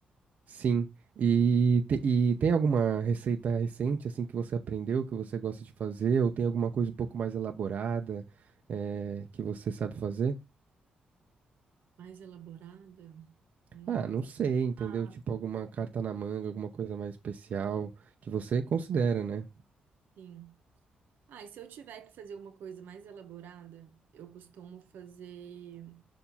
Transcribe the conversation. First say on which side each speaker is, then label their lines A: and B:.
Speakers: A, on the right; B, on the right.
A: Sim. E, te- e tem alguma receita recente, assim, que você aprendeu, que você gosta de fazer? Ou tem alguma coisa um pouco mais elaborada, eh, que você sabe fazer?
B: mais elaborada. Hum.
A: Ah, não sei, entendeu?
B: Ah,
A: Tipo alguma carta na manga, alguma coisa mais especial que você considera, né?
B: sim. Ah, e se eu tiver que fazer uma coisa mais elaborada, eu costumo fazer.